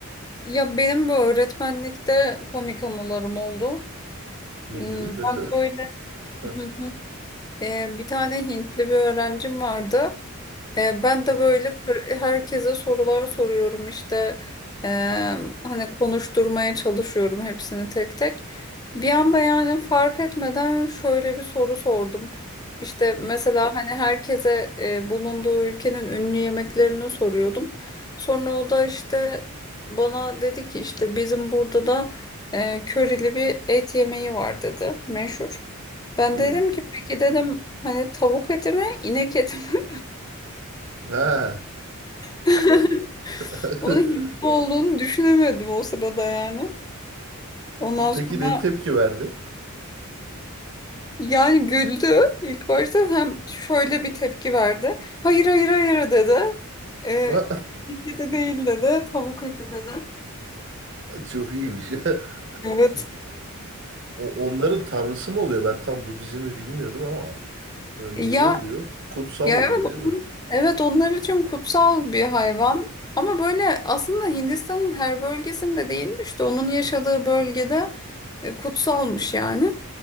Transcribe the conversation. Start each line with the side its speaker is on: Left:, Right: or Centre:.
Left: Ya benim bu öğretmenlikte komik anılarım oldu.
Right: Ne
Left: Hmm,
Right: gibi mesela?
Left: Ben böyle
Right: <laughs> Heh.
Left: <laughs> Hı hı. Ee, bir tane Hintli bir öğrencim vardı. E, Ben
Right: Aa.
Left: de böyle herkese sorular soruyorum işte E, hani konuşturmaya çalışıyorum hepsini tek tek. Bir anda yani fark etmeden şöyle bir soru sordum. İşte mesela
Right: Hı.
Left: hani herkese e, bulunduğu ülkenin ünlü yemeklerini soruyordum. Sonra o da işte bana dedi ki işte bizim burada da e, körili bir et yemeği var dedi meşhur. Ben
Right: Hı.
Left: dedim ki peki dedim hani tavuk eti mi inek eti mi?
Right: Ha.
Left: <laughs>
Right: <laughs>
Left: Onun hippo olduğunu düşünemedim o sırada yani. Ondan
Right: Peki
Left: sonra
Right: ne tepki verdi?
Left: yani güldü ilk başta hem şöyle bir tepki verdi. Hayır hayır hayır dedi. Ee,
Right: <laughs>
Left: "İlk eti değil dedi. Tavuk eti dedi.
Right: Çok iyiymiş. <laughs>
Left: Evet.
Right: O, onların tanrısı mı oluyor? Ben tam Budizm'i bilmiyorum ama. Böyle
Left: Ya
Right: Neyi oluyor? Kutsal
Left: ya
Right: oluyor
Left: evet
Right: değil
Left: onun-
Right: mi?
Left: evet onlar için kutsal bir hayvan. Ama böyle aslında Hindistan'ın her bölgesinde değilmiş de onun yaşadığı bölgede e, kutsalmış yani.